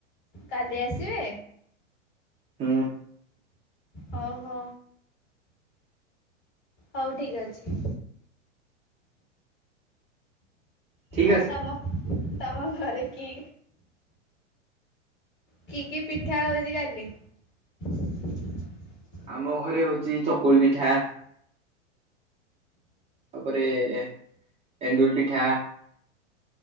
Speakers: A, on the left; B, on the right.
A: କାଲି ଆସିବେ?
B: ହୁଁ।
A: ହଉ ହ ହଉ ଠିକି ଅଛି।
B: ଠିକ
A: ଆଉ
B: ଅଛି
A: ତମ ତମ ଘରେ କି କି କି ପିଠା ହଉଚି କାଲି? <unintelligible>
B: ଆମ ଘରେ ହଉଚି ଚକୁଳି ପିଠା ତାପରେ ଏଣ୍ଡୁୁଳି ପିଠା